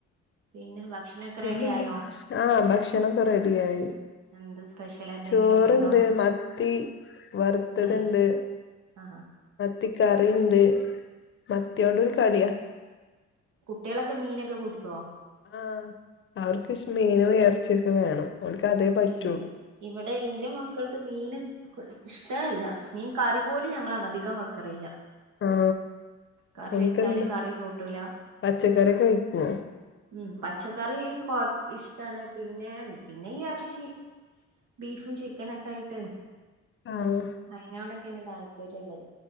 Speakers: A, on the right; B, on the left.
A: പിന്നെ ഭക്ഷണൊക്കെ
B: പിന്നെന്താ
A: റെഡി ആയോ
B: ആ ഭക്ഷണം ഒക്കെ റെഡിയായി
A: എന്ത് സ്പെഷ്യൽ എന്തെങ്കിലും
B: ചോറുണ്ട്
A: ഒക്കെ ഉണ്ടോ
B: മത്തി വറുത്തത്ണ്ട്
A: ഏ ആ
B: മത്തി കറിണ്ട് മത്തിയോണ്ടൊരു കളിയാ
A: കുട്ടികളൊക്കെനൊക്കെ മീനൊക്കെ കൂട്ടിക്കോ
B: ആ അവർക്ക് മീനും ഇറച്ചിയൊക്കെ വേണം ഓൽക്ക് അതേ പറ്റുള്ളൂ
A: ഉ ഇവിടെ ഇന്റെ മക്കൾ മീന് ഇഷ്ടമല്ല മീൻ കറി പോലും ഞങ്ങൾ അധികം വെക്കറില്ല
B: ആ
A: കറി
B: ഓല്
A: വെച്ചാല്
B: എന്ത്
A: കറി കൂട്ടൂല
B: പച്ചക്കറിക്കെഴിക്കൊവോ
A: ഉം പച്ചക്കറിയും കൊറച്ച് ഇഷ്ടാണ് പിന്നെ പിന്നെ ഇറച്ചി ബീഫും ചിക്കനൊക്കെ ആയിട്ട്
B: ആഹ്
A: അതിനോടൊക്കെയാണ് താല്പര്യം ഉള്ളത്